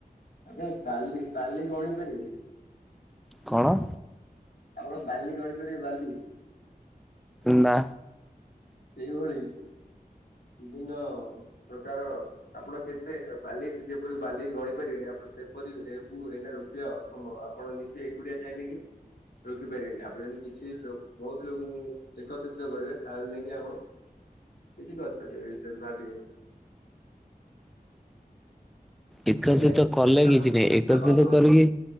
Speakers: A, on the left; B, in the centre.
A: ଆପଣ ବାଲି ବାଲି ଗଣି ପାରିବେ?
B: କଣ?
A: ଆପଣ ବାଲି ଗଣିପାରିବେ ବାଲି?
B: ନା।
A: ସେଇଭଳି ବିଭିନ୍ନ ପ୍ରକାରର ଆପଣ କେତେ ବାଲି ଯେପରି ବାଲି ଗଣି ପାରିବେନି ଆପଣ ସେପରି ଏ ରେପକୁ ରୋକିବା ଅସମ୍ଭବ ଆପଣ ନିଜେ ଏକୁଟିଆ ଚାହିଁଲେ କି? ରଖିପାରିବେନି ଆପଣ ଯଦି କିଛି ବହୁତ ଲୋକଙ୍କୁ ଏକତ୍ରିତ କରିବେ ତାହେଲେ ଯାଇ ଆପଣ କିଛି କରିପାରିବେ ଏ ବିଷୟରେ ଭାବିବେ।
B: ଏକତ୍ରିତ
A: ଆଜ୍ଞା
B: କଲେ
A: ଆପଣ
B: କିଛି ନାଇଁ ଏକତ୍ରିତ
A: ଆପଣ କଣ
B: କରିକି